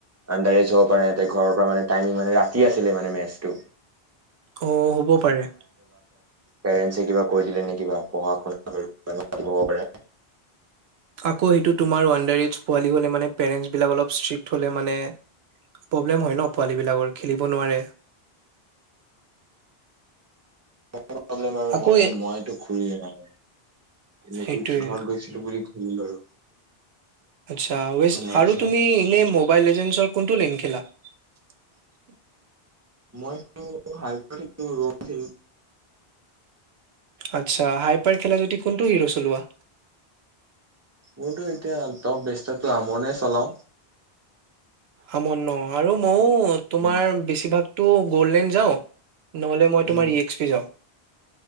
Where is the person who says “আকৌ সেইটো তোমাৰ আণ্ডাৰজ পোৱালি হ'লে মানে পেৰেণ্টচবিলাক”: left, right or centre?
Right